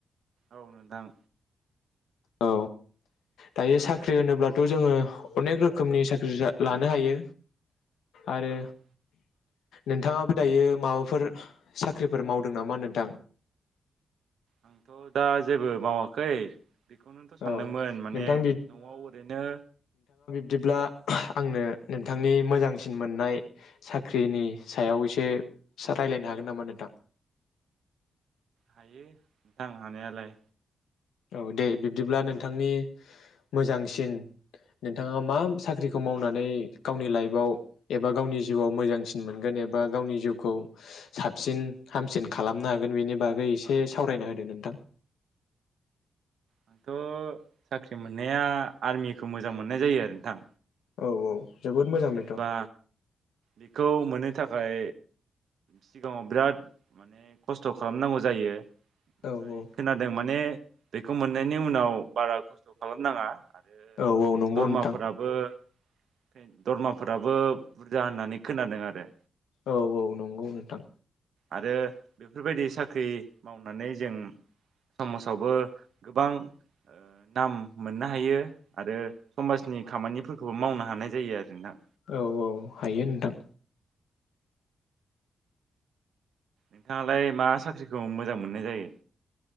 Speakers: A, on the right; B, on the left.
A: औ नोनथां
B: औ दायो साख्रि
A: आरो
B: होनोब्लाथ' जोङो अनेक रोखोमनि साख्रि रा लानो हायो। आरो
A: औ
B: नोनथाङाबो दायो माबाफोर साख्रिफोर मावदों नामा नोंथां?
A: आंथ' दा जेबो मावाखै बेखौनोनथ' सानदोंमोन
B: औ
A: माने
B: नोंथां
A: न'आव ओरैनो
B: दिब्ला आंनो नोनथांनि मोजांसिन मोननाय साख्रिनि सायाव एसे साराय्लायनो हागोन नामा नोंथां?
A: हायो थां हानायालाय
B: औ दे बिब्दिब्ला नोंथांनि मोजांसिन नोनथाङा मा साख्रिखौ मावनानै गावनि लाइफआव एबा गावनि जिउआव मोजांसिन मोनगोन एबा गावनि जिउखौ साबसिन हामसिन खालामनो हागोन बेनि बागै एसे सावरायना होदो नोंथां।
A: आंथ' साख्रि मोननाया आर्मिखौ मोजां मोननाय जायो आरो नोंथां।
B: औ औ जोबोद मोजां
A: जेनेबा
B: बेथ' औ
A: बिखौ मोनो थाखाय सिगाङाव बिराद माने खस्थ' खालामनांगौ जायो। ओमफाय
B: औ
A: खोनादों माने बेखौ मोननायनि उनाव बारा खस्थ' खालामनाङा आरो
B: औ औ नंगौ
A: दरमाफोराबो
B: नोंथां
A: <inaudible> दरमाफोराबो बुरजा होननानै खोनादों आरो।
B: औ औ नंगौ नोंथां
A: आरो बेफोरबायदि साख्रि मावनानै जों समासावबो गोबां ओ नाम मोननो हायो आरो समाजनि खामानिफोरखौबो मावनो हानाय जायो आरो नोंथां।
B: औ औ हायो नोंथां
A: नोंथाङालाय मा साख्रिखौ मोजां मोननाय जायो।